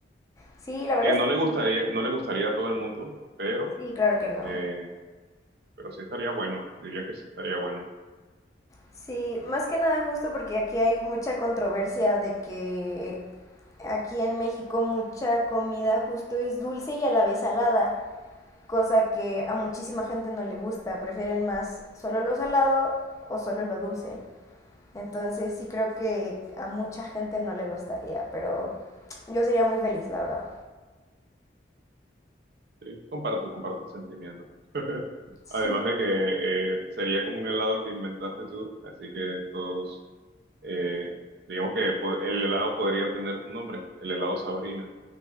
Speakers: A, on the left; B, on the right.
A: Sí, la verdad
B: Que no
A: es que
B: le gustaría, no le gustaría a todo el mundo, pero,
A: sí, claro que no.
B: eh, pero sí estaría bueno. Diría que sí estaría bueno.
A: Sí, más que nada justo porque aquí hay mucha controversia de que Aquí en México mucha comida justo es dulce y a la vez salada, cosa que a muchísima gente no le gusta, prefieren más solo lo salado o solo lo dulce. Entonces sí creo que a mucha gente no le gustaría, pero yo sería muy feliz, la verdad.
B: Sí, comparto, comparto el sentimiento.
A: Sí,
B: Además de que eh, sería como un helado que inventaste tú, así que todos Eh, digamos que po- el helado podría tener tu nombre, el helado Sabrina.